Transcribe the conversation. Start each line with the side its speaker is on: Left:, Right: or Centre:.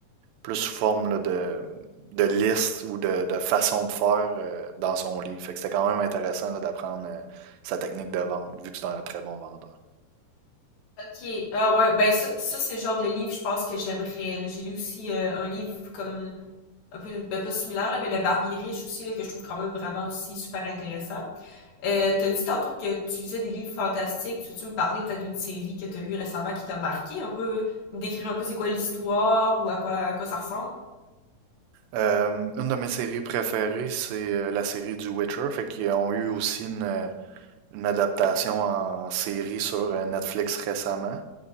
Right: plus sous forme là, de, de liste ou de, de façon de faire euh, dans son livre. Fait que c'était quand même intéressant là, d'apprendre euh, sa technique de vente, vu que c'est un très bon vendeur.
Left: Ok. Ah ouais, ben ça, ça c'est le genre de livre, je pense, que j'aimerais. là. J'ai lu aussi euh, un livre comme un peu, ben pas similaire, là, mais Le Barbier riche aussi, là, que je trouve quand même vraiment aussi super intéressant. Euh, t'as dit tantôt que tu lisais des livres fantastiques. Tu veux-tu me parler peut-être d'une série que t'as lue récemment qui t'a marqué un peu, me décrire un peu c'est quoi l'histoire ou à quoi à quoi ça ressemble?
Right: Euh, une de mes séries préférées, c'est euh, la série du Witcher, fait qu'ils ont eu aussi une, euh, une adaptation en série sur euh, Netflix récemment.